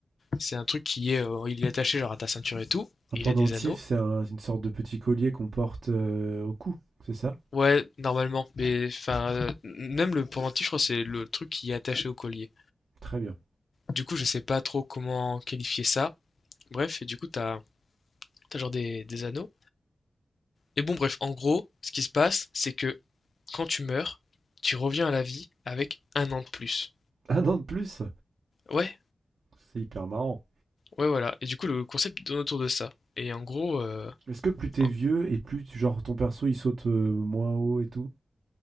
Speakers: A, on the left; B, on the right.
A: C'est un truc qui est, euh, il est attaché genre à ta ceinture et tout.
B: Un
A: Et
B: pendentif,
A: il a des anneaux.
B: c'est un- une sorte de petit collier qu'on porte euh, au cou, c'est ça?
A: Ouais, normalement. Mais enfin, euh, même le pendentif, je crois, c'est le truc qui est attaché au collier.
B: Très bien.
A: Du coup, je sais pas trop comment qualifier ça. Bref, et du coup, t'as, t'as genre des, des anneaux. Et bon bref, en gros, ce qui se passe, c'est que quand tu meurs, tu reviens à la vie avec un an de plus.
B: Un an de plus?
A: Ouais,
B: C'est hyper marrant.
A: ouais, voilà. Et du coup, le concept tourne autour de ça. Et en gros, euh,
B: Est-ce que plus t'es
A: en-
B: vieux et plus, tu- genre, ton perso, il saute euh, moins haut et tout?